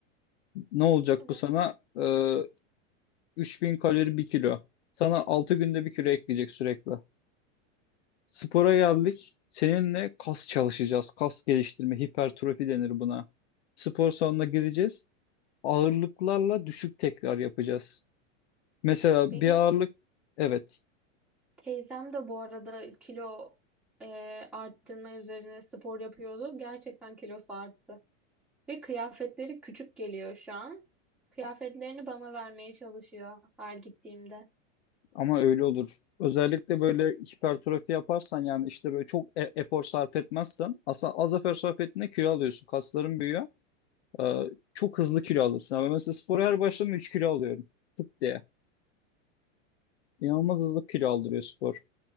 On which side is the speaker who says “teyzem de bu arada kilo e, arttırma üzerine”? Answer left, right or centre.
Centre